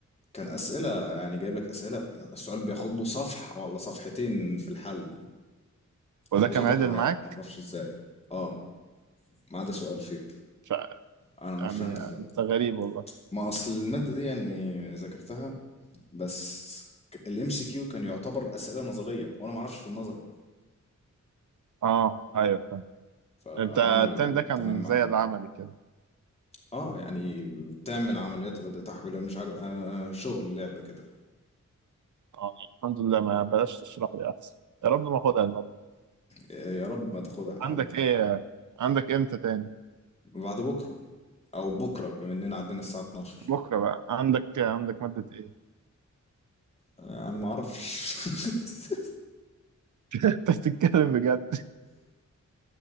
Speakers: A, on the left; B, on the right.
A: كان اسئله يعني جايب لك اسئله يعني السؤال بياخد له صفحه ولا صفحتين في الحل
B: وده
A: وظبط
B: كان عدل
A: معايا
B: معاك
A: ما اعرفش ازاي اه ما عدا سؤال فيهم
B: ف...
A: انا مش
B: يعني
A: فاهم ازاي
B: انت غريب والله
A: ما اصل الماده دي يعني ذاكرتها بس الام سي كيو كان يعتبر اسئله نظريه وانا ما اعرفش في النظري
B: اه ايوه فاهم
A: فعمل
B: انت التاني
A: التمام
B: ده كان
A: معايا
B: زي العملي كده
A: اه يعني بتعمل عمليات رد تحويل مش عارف آه شغل لعب كده
B: اه الحمد لله ما بلاش تشرح لي احسن يا رب ما اخدها الماده دي.
A: آه، يا رب ما تاخدها
B: عندك
A: يا عم
B: ايه عندك امتى تاني
A: بعد بكره او بكره بما اننا عندنا الساعه 12
B: بكره بقى عندك عندك ماده ايه
A: يعني ما اعرفش <laughs>
B: <laughs> انت بتتكلم بجد